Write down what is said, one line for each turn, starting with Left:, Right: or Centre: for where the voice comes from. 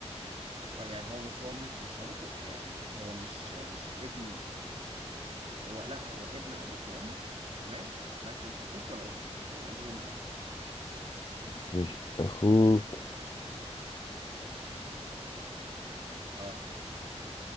Right: يعني هو بص هو مش مش ابوك و- يعني هو مش مش ابن هو لا هو ابن ابوك وامك تمام بس مش اخوك ولا اختك هيبقى مين
Left: بس مش اخوك
Right: اه